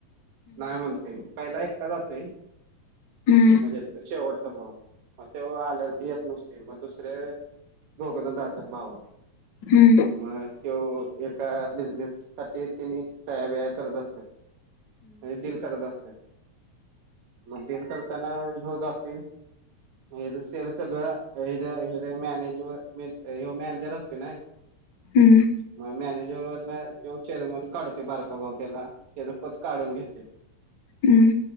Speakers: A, on the right; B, on the left.
A: नाय मन- पहिला एकटा जातय.
B: हम्म
A: म्हणजे शेवटचा भाव, मग ते आलेला येत नसतोय मग दुसरे दोघजण जातेत भाव,
B: हम्म हम्म
A: मग तो एका बिझनेस साठी त्यांनी सह्या -बीया करत असतेत, म्हणजे डिल करत असतेत. मग डिल करताना ह्यो जाताय. मग ह्याजं शेअर सगळं, हेजा.. हेजा.. मॅनेजवर मेन ह्यो मॅनेजर असतु नाय
B: हम्म
A: मग मॅनेजर व ते चेअरमन काढते बारका भाव केला. त्यजं पद काढून घेतोय.
B: हम्म.